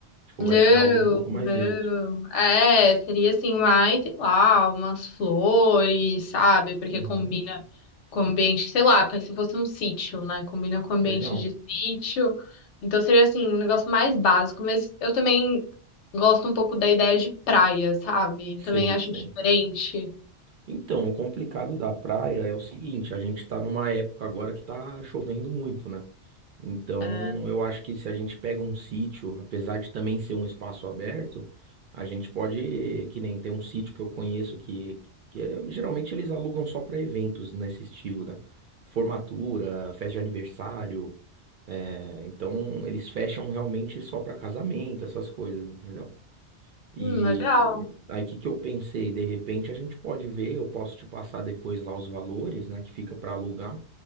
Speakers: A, on the right; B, on the left.
A: tipo,
B: Não,
A: vai ser algo um pouco
B: não.
A: mais neutro.
B: É, seria assim, mais, sei lá, umas flores, sabe? Porque
A: Uhum.
B: combina com o ambiente, sei lá, se fosse um sítio, né? Combina com o ambiente
A: Legal.
B: de sítio. Então seria assim, um negócio mais básico, mas eu também gosto um pouco da ideia de praia, sabe?
A: Sei,
B: Também acho
A: sei.
B: diferente.
A: Então, o complicado da praia é o seguinte, a gente tá numa época agora que tá chovendo muito, né? Então,
B: É.
A: eu acho que se a gente pega um sítio, apesar de também ser um espaço aberto, a gente pode, que nem tem um sítio que eu conheço que, que é- geralmente eles alugam só para eventos nesse estilo, né? Formatura, festa de aniversário, é, então eles fecham realmente só para casamento, essas coisas, entendeu? E
B: Hum, legal.
A: aí, o que que eu pensei? De repente, a gente pode ver, eu posso te passar depois lá os valores, né, que fica para alugar,